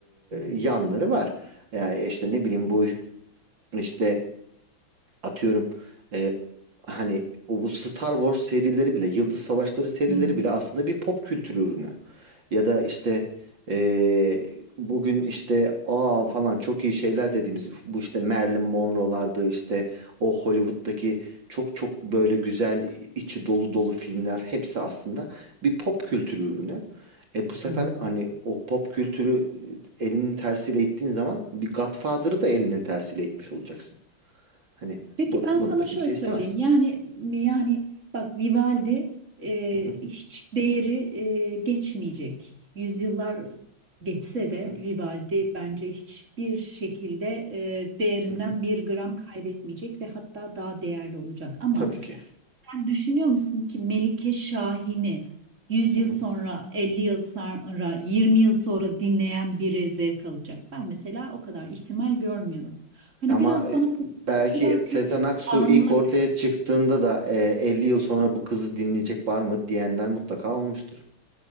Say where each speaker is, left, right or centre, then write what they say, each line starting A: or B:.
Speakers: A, on the right; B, on the right.
A: Hı hı.
B: yanları var. Yani işte ne bileyim bu işte Atıyorum e, hani o bu Star Wars serileri bile, Yıldız Savaşları serileri
A: Hı.
B: bile aslında bir pop kültürü ürünü. Ya da işte e, bugün işte aa falan çok iyi şeyler dediğimiz bu işte Marilyn Monroe'lardı işte o Hollywood'daki çok çok böyle güzel içi dolu dolu filmler hepsi aslında bir pop kültürü ürünü. E bu sefer
A: Hı hı.
B: hani o pop kültürü e, elinin tersiyle ittiğin zaman bir Godfather'ı da elinin tersiyle itmiş olacaksın. Hani
A: Peki
B: bu,
A: ben
B: bunu
A: sana
B: da kimse
A: şöyle söyleyeyim.
B: istemez.
A: Yani yani bak Vivaldi e,
B: Hı hı,
A: hiç değeri e, geçmeyecek. Yüzyıllar geçse
B: hı
A: de
B: hı,
A: Vivaldi bence hiçbir şekilde e, değerinden
B: hı hı.
A: bir gram kaybetmeyecek ve hatta daha değerli olacak. Ama
B: Tabii ki.
A: sen düşünüyor musun ki Melike Şahin'i 100 yıl
B: Hı hı.
A: sonra, 50 yıl sonra, 20 yıl sonra dinleyen biri zevk alacak? Ben mesela o kadar ihtimal görmüyorum. Hani
B: Ama
A: biraz
B: e,
A: bana
B: belki
A: Popüler
B: Sezen
A: kültür
B: Aksu
A: anlık
B: ilk ortaya çıktığında da e, 50 yıl sonra bu kızı dinleyecek var mı diyenler mutlaka olmuştur.